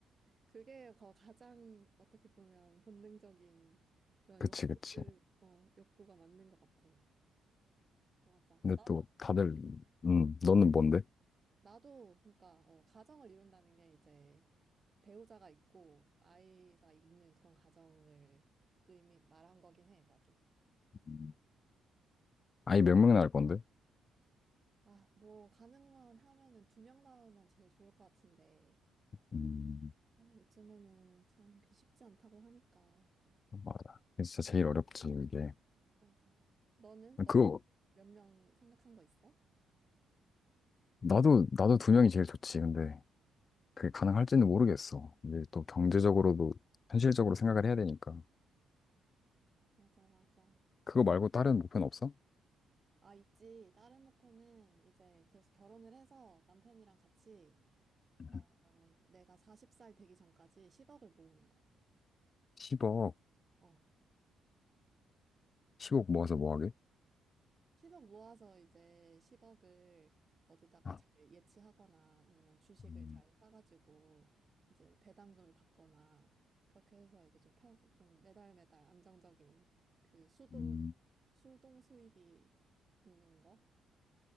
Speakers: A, on the right (about 35°); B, on the left (about 45°).
A: 그게 거- 가장 어떻게 보면 본능적인 그런
B: 그치,
A: 욕구를,
B: 그치.
A: 어, 욕구가 맞는 것 같아. 맞아.
B: 근데
A: 나도,
B: 또 다들, 음, 너는 뭔데?
A: 나도, 그러니까, 어, 가정을 이룬다는 게 이제 배우자가 있고 아이가 있는 그런 가정을 의미, 말한 거긴 해, 나도.
B: 음, 아이 몇 명 낳을 건데?
A: 아, 뭐, 가능한 하면은 두 명 낳으면 제일 좋을 것 같은데.
B: 음,
A: 아, 요즘에는 참 그 쉽지 않다고 하니까.
B: 맞아. 그게 진짜 제일 어렵지, 이게.
A: 맞아. 너는? 너
B: 그거,
A: 몇 명 생각한 거 있어?
B: 나도, 나도 두 명이 제일 좋지, 근데. 그게 가능할지는 모르겠어. 이제 또 경제적으로도 현실적으로 생각을 해야 되니까.
A: 맞아, 맞아.
B: 그거 말고 다른 목표는 없어?
A: 아, 있지. 다른 목표는 이제 그래서 결혼을 해서 남편이랑 같이
B: <laughs>
A: 어, 내가 40살 되기 전까지 10억을 모으는 거야.
B: 10억,
A: 어.
B: 10억 모아서 뭐 하게?
A: 10억 모아서 이제 10억을 어디다가
B: 아,
A: 잘 예치하거나 아니면 주식을
B: 음,
A: 잘 사가지고 이제 뭐 배당금을 받거나 그렇게 해서 이제 좀 편, 좀 매달 매달 안정적인 그 수동,
B: 음,
A: 수동 수입이 있는 거?